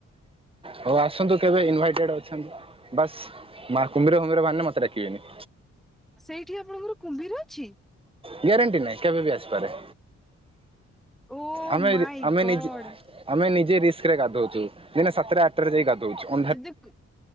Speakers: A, on the right (about 20°); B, in the centre.
A: ହଉ ଆସନ୍ତୁ କେବେ ଇନଭାଇଟେଡ ଅଛନ୍ତି ବାସ୍। ମା କୁମ୍ଭୀର କୁମ୍ଭୀର ବାହାରିଲେ ମତେଡାକିବେ।
B: ସେଇଠି ଆପଣଙ୍କର କୁମ୍ଭୀର ଅଛି।
A: ଗ୍ୟାରେଣ୍ଟି ନାହିଁ କେବେ ବି ଆସିପାରେ।
B: ଓ
A: ଆମେ
B: ମାଇ
A: ଆମେ
B: ଗଡ଼୍।
A: ନିଜେ ଆମେ ନିଜେ ରିସ୍କ ରେ ଗାଧଉଛୁ ଦିନ ସତରେ ଆସ। ଯ ଗ ହଉଛି <inaudible>
B: ଯଦି